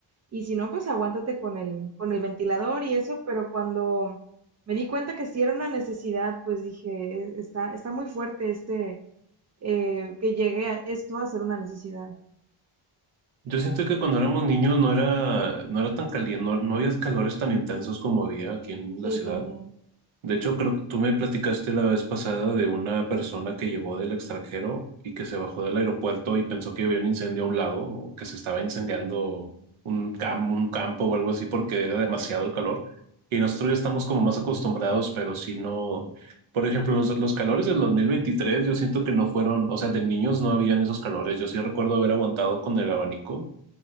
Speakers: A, on the right; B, on the right.
A: y si no, pues aguántate con el, con el ventilador y eso, pero cuando me di cuenta que sí era una necesidad, pues dije, "E- está, está muy fuerte este, eh, que llegue a esto a ser una necesidad.
B: Yo siento que cuando éramos niños no era, no era tan caliente, no, no había calores tan intensos como había aquí en
A: Sí,
B: la ciudad.
A: también.
B: De hecho, creo que tú me platicaste la vez pasada de una persona que llegó del extranjero y que se bajó del aeropuerto y pensó que había un incendio a un lado, o que se estaba incendiando un cam- un campo o algo así porque era demasiado el calor. Y nosotros ya estamos como más acostumbrados, pero si no, por ejemplo, los, los calores del 2023 yo siento que no fueron, o sea, de niños no habían esos calores. Yo sí recuerdo haber aguantado con el abanico